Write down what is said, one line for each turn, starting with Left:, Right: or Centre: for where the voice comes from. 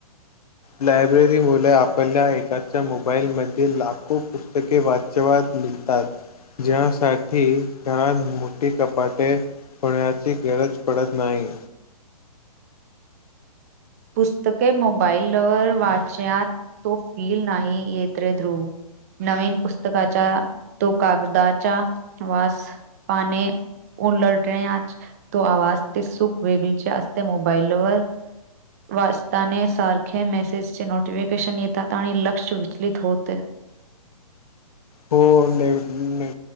Left: लायब्ररीमुले आपल्या एकाच्या मोबाईलमध्ये लाखो पुस्तके वाचवा मिळतात ज्यासाठी घरात मोठी कपाटे होण्याची गरज पडत नाही.
Right: पुस्तके मोबाईलवर वाचण्यात तो फील नाही येत रे ध्रुव नवीन पुस्तकाच्या तो कागदाच्या वास पाने उलटण्यात तो आवाज ते सुख वेगळीचे असते मोबाईलवर वाचतानेसारखे मेसेजचे नोटिफिकेशन येतात आणि लक्ष विचलित होते
Left: हो नाही नाही